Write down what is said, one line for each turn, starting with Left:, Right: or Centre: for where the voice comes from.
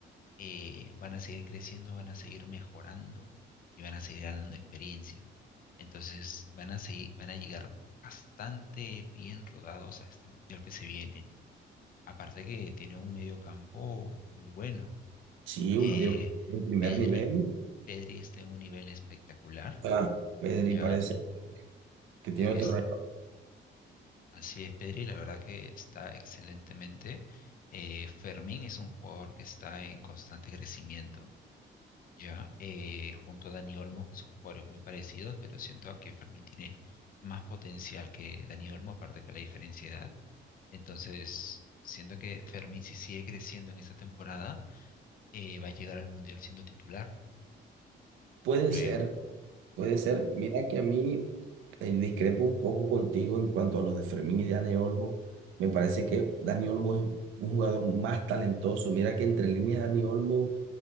Left: eh, van a seguir creciendo, van a seguir mejorando y van a seguir ganando experiencia. Entonces van a seguir, van a llegar bastante bien rodados a este mundial que se viene. Aparte que tiene un medio campo muy bueno.
Right: sí, un
Left: Eh,
Right: medio de primer
Left: Pedri,
Right: nivel.
Left: Pedri está en un nivel espectacular,
Right: Ah, Pedri
Left: ya.
Right: parece que tiene
Left: Eres,
Right: otro reto.
Left: así es, Pedri, la verdad que está excelentemente. Eh, Fermín es un jugador que está en constante crecimiento. ya, eh, junto a Dani Olmo, que son jugadores muy parecidos, pero siento que Fermín tiene más potencial que Dani Olmo, aparte que la diferencia de edad. Entonces, siento que Fermín, si sigue creciendo en esta temporada, eh, va a llegar al Mundial siendo titular.
Right: Puede
Left: Luego,
Right: ser, puede ser. Mira que a mí eh, discrepo un poco contigo en cuanto a los de Fermín y Dani Olmo. Me parece que Dani Olmo es un jugador más talentoso. Mira que entre líneas Dani Olmo